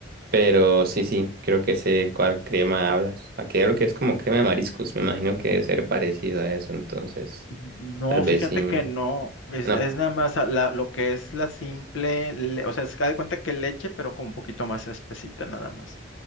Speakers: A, on the right; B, on the left.
A: pero sí, sí, creo que sé cuál crema hablas. Aquí lo que es como crema de mariscos, me imagino que debe ser parecido a eso, entonces,
B: No,
A: tal vez
B: fíjate
A: sí,
B: que no, es,
A: no,
B: es nada más a la- lo que es la simple, le- o sea, es que haz de cuenta que leche, pero con un poquito más espesita nada más.